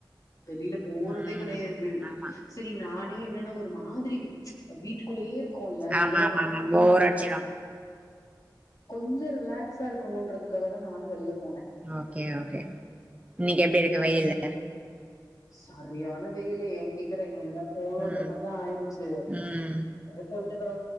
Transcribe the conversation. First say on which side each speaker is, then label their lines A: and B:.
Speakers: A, on the left; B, on the right.
A: வெளில போறதே
B: ம்
A: கிடையாது
B: ஆமா
A: சரி நானே என்னன்னா ஒரு மாதிரி வீட்டுக்குள்ளேயே இரு கோன்ல
B: ஆமா
A: எதுவார்
B: ஆமா ஆமா போர் அச்சிரோம்.
A: கொஞ்சோ ரிலாக்ஸா இருக்கணும்ன்றதுக்காக தான் நானும் வெள்ளன்
B: ஓகே ஓகே இன்னைக்கு எப்படி இருக்கு
A: ம்
B: வெயில்ல
A: சரியான வெயல ஏ கேக்குற போணுன்ற
B: ம்
A: மாதிரி தா ஆயிடுச்சு
B: ம்
A: அ போய ப்றோ